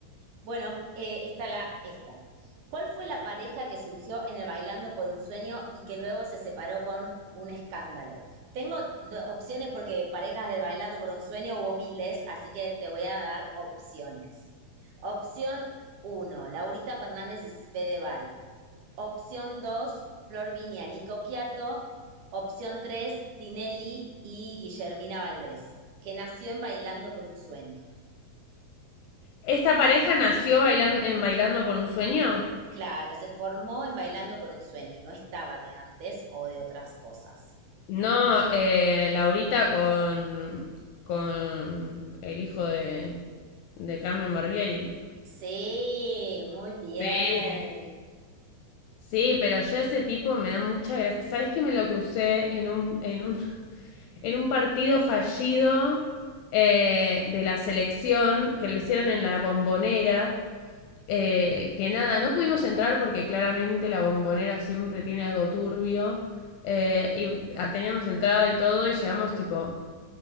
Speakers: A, on the right; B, on the left.
A: Bueno, eh, esta la, esta. ¿Cuál fue la pareja que surgió en el Bailando por un Sueño y que luego se separó con un escándalo? Tengo do- opciones porque parejas del Bailando por un Sueño hubo miles, así que te voy a dar opciones. Opción uno: Laurita Fernández y Fedeval. Opción 2: Flor Viña, Nico Quiato. Opción 3: Tinelli y Guillermina Valdés, que nació en Bailando por un Sueño.
B: ¿Esta pareja nació bailan- en Bailando por un Sueño?
A: Claro, se formó en Bailando por un sueño, no estaba de antes o de otras cosas.
B: No, eh, Laurita con, con el hijo de, de Carmen Barbieri.
A: Sí, muy bien.
B: Sí. Sí, pero yo ese tipo me da mucha gracia. ¿Sabés que me lo crucé en un, en un, <laughs> en un partido fallido eh, de la selección que lo hicieron en la bombonera? eh, que nada, no pudimos entrar porque claramente la bombonera siempre tiene algo turbio. eh, y ah, teníamos entrada y todo y llegamos tipo